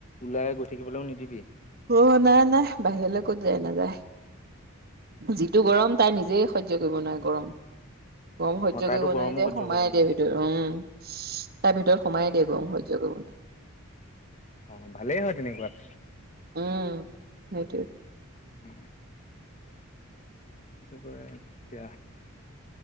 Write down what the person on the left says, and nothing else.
ওলাই গৈ থাকিবলৈও নিদিবি।
অঁ তাইতো
গৰমো
সহ্য
কৰিব নোৱাৰে
অ ভালেই হয় তেনেকুৱাত।
উ এইটোক িকয